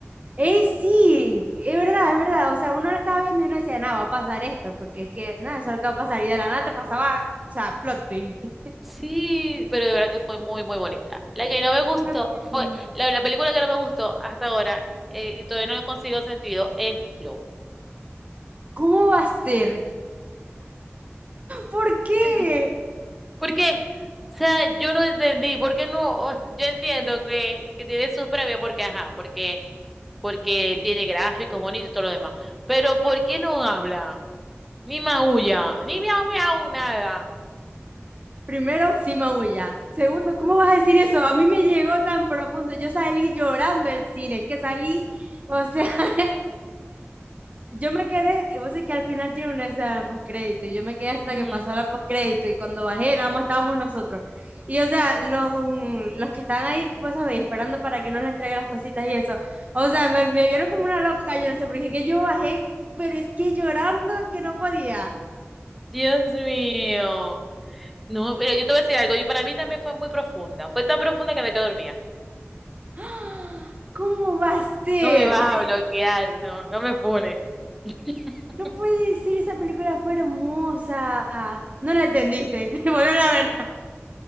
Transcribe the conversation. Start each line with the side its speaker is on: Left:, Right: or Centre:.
Right: Eh, sí, es verdad, es verdad. O sea, uno lo estaba viendo y uno decía, nada, va a pasar esto, porque es que, nada, eso es lo que va a pasar. Y de la nada te pasaba, o sea, plot twist. <laughs>
Centre: Sí, pero de verdad que fue muy, muy bonita. La que no me gustó
Right: Fue muy
Centre: fue,
Right: lindo.
Centre: la, la película que no me gustó hasta ahora, eh, y todavía no le consigo sentido, es Flow.
Right: ¿Cómo va a ser? ¿Por qué?
Centre: <laughs> Porque, o sea, yo no entendí, ¿por qué no? O sea, yo entiendo que, que tiene sus premios, porque, ajá, porque, porque tiene gráficos bonitos y todo lo demás. Pero, ¿por qué no habla? Ni maulla, ni miau miau, nada.
Right: Primero, sí maulla. Segundo, ¿cómo vas a decir eso? A mí me llegó tan profundo. Yo salí llorando del cine, es que salí, o sea, <laughs> yo me quedé, vos sé que al final tiene una escena postcrédito, y yo me quedé hasta
Centre: Ujú.
Right: que pasó la postcrédito, y cuando bajé, nada más estábamos nosotros. Y o sea, los, mm, los que están ahí, vos sabéis, esperando para que nos le entregue las cositas y eso. O sea, me, me vieron como una loca, yo no sé, porque dije que yo bajé, pero es que llorando que no podía.
Centre: Dios mío. No, pero yo te voy a decir algo, yo para mí también fue muy profunda, fue tan profunda que me quedé dormida.
Right: <gasps> ¿Cómo va a ser?
Centre: No me vas a bloquear, no, no me funes. <laughs>
Right: No puede ser, esa película fue hermosa. No la entendiste, <laughs> volver a ver.